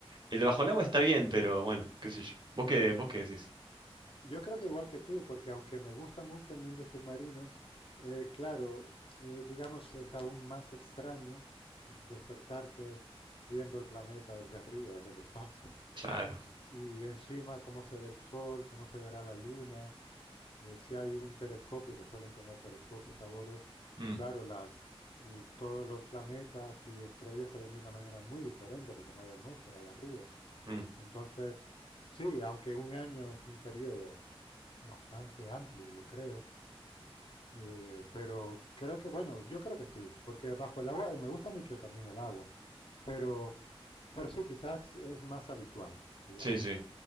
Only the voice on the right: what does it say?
El de bajo el agua está bien, pero bueno, qué sé yo. ¿Vos qué, vos qué decís?
Claro.
Mm,
mm.
Sí, sí.